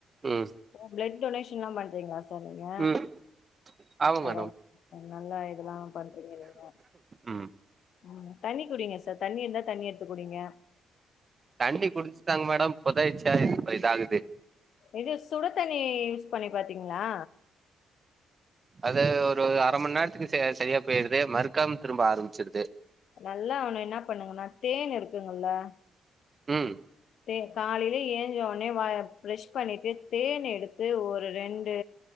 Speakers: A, on the right (about 40°); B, on the left (about 65°).
A: ம்
B: ப்ளட் டொனேஷன் எல்லாம் பண்றீங்ளா சா சார் நீங்க
A: ம் ஆமா
B: பரவா
A: மேடம்
B: நல்ல இதுதா பண்றீங்க நீங்க
A: ம்
B: ம் தண்ணி குடிங்க சார் தண்ணி இருந்தா தண்ணி எடுத்து குடிங்க
A: தண்ணி குடிச்சுட்டாங் மேடம் புதைச்சியா இதாகுது
B: இது சுடு தண்ணி யூஸ் பண்ணி பாத்தீங்ளா
A: அது ஒரு அரமன் நேரத்துக்கு ச சரியா போயிடுது மறுக்காம் திரும்ப ஆரம்ச்சிடுது
B: நல்லா அவன என்னா பண்ணுங்கன்னா தேன் இருக்குங்கல்ல
A: ம்
B: தே காலைலே ஏஞ்சொடனே வா ப்ரஷ் பண்ணிட்டு தேன் எடுத்து ஒரு ரெண்டு